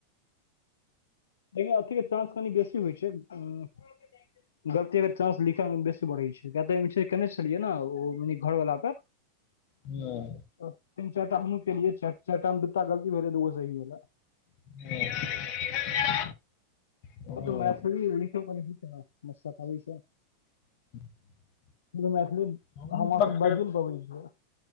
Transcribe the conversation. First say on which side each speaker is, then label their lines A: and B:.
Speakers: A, on the left (about 65°); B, on the left (about 45°).
A: देखियौ अथी के चांस कनि बेसी होइ छै उं गलती के चांस लिखै मे बेसी बढ़ै छै। कियाकी तऽ एक बचे केने छलियै ने ओ घर वला पर।
B: हुं।
A: तीन चाइरटा हमहू केलयै चाइरटा में दूटा गलती भेलै दुगो सही भेलै।
B: <inaudible> हूँ
A: हॅं तऽ मैथिली लिखै में <unintelligible> समस्या तऽ आबै छै।
B: <inaudible>
A: <unintelligible> मैथिली हम
B: हमहूँ
A: अहाॅं सब
B: खेत
A: बाजियो नै पबै छियै।